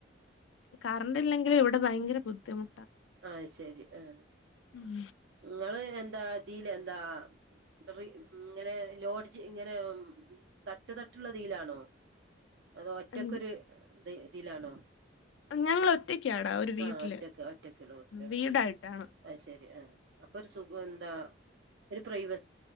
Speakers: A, on the left (about 75°); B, on the right (about 65°).
A: കറണ്ട് ഇല്ലെങ്കിൽ ഇവിടെ ഭയങ്കര ബുദ്ധിമു
B: അയ് ശെരി ആ.
A: ഉം.
B: ങ്ങള് എന്താ തീലെ എന്താ? <unintelligible> ഇങ്ങനെ ലോഡ്ജ് ഇങ്ങനെ മ് തട്ട് തട്ട്ള്ളതീലാണോ? അതോ ഒറ്റക്കൊരു
A: ഉം.
B: ത് തീലാണോ?
A: ഞങ്ങൾ ഒറ്റക്കാടാ ഒരു വീട്ടില്
B: ആ ഒറ്റക്ക് ഒറ്റക്ക് ള്ള വീട്ട്ൽ ആഹ്
A: വീടായിട്ടാണ്
B: ഐ ശെരി ആഹ. അപ്പൊ ഒരു സുഖം ന്താ ഒരു പ്രൈവ